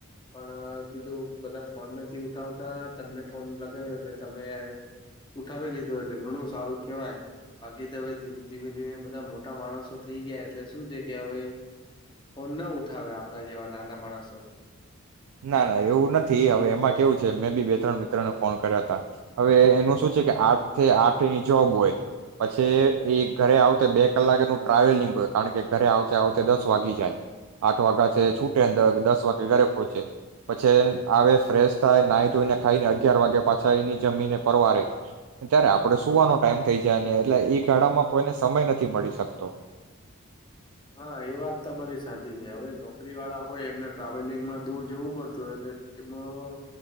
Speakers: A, on the left; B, on the right.
A: પણ કીધું બધા ફોન નથી ઉઠાવતા તમને ફોન લગાવ્યો એટલે તમે ઉઠાવી લીધો એટલે ઘણું સારું કેવાય બાકી તો હવે ધીમે ધીમે બધા મોટા માણસો થઈ ગયા એટલે શું છે કે હવે ફોન ના ઉઠાવે આપડા જેવા નાના માણસોના
B: ના ના એવું નથી હવે એમાં કેવું છે મે બી બે ત્રણ મિત્રને ફોન કર્યા હતા. હવે એનું શું છે. કે આઠથી આઠની જોબ હોય પછી એ ઘરે આવતે બે કલાકનું ટ્રાવેલિંગ હોય કારણ કે ઘરે આવતે આવતે દસ વાગી જાય આઠ વાગ્યા છે છૂટે ને દસ વાગે ઘરે પહોંચે. પછી આવે ફ્રેશ થાય નાઇ ધોઈને ખાઈને અગિયાર વાગે પાછા એની જમીને પરવારે ત્યારે આપણે સુવાનો ટાઈમ થઈ જાય ને એટલે એ ગાળામાં કોઈને સમય નથી મળી શકતો.
A: હા એ વાત તમારી સાચી છે. હવે નોકરી વાળા હોય એમને ટ્રાવેલિંગમાં દૂર જવું પડતું હોય એટલે એમાં